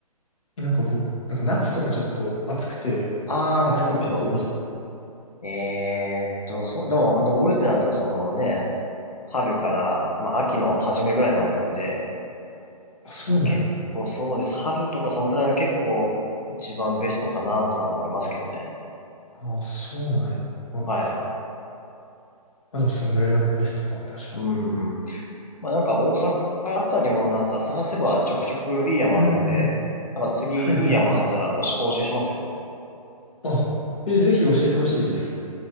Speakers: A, on the left (about 55°); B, on the left (about 75°).
A: え、なんか僕、なんか夏とかちょっと暑くて、
B: あー、なるほど、
A: 暑くて、
B: なるほど。
A: <laughs>
B: えーっと、そう、でも、登るってなったら、そのね、春から、まあ、秋の初めぐらいまでなんで、
A: あ、そうなんや。
B: まあ、結構そうです。春とか、そんくらいが結構、一番ベストかなとは思いますけどね。
A: あ、そうなんや。ま、ま
B: はい。
A: あでもそんぐらいがベストか、確かに。
B: うん。まあ、なんか、大阪あたりもなんか、探せばちょくちょくいい山あるんで、
A: うんうんうん。
B: なんか次、
A: はいはいはい。
B: いい山あったらおし、お教えしますよ。
A: あ、え、ぜひ教えてほしいです。